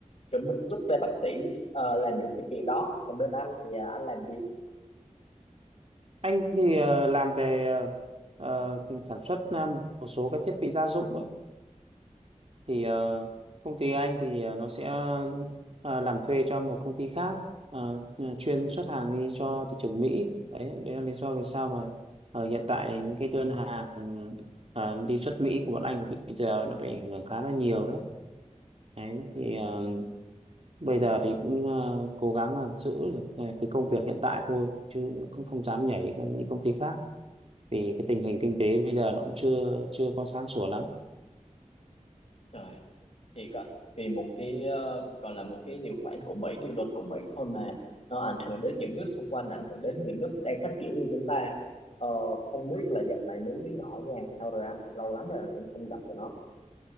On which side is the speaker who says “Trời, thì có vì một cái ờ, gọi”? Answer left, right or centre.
Left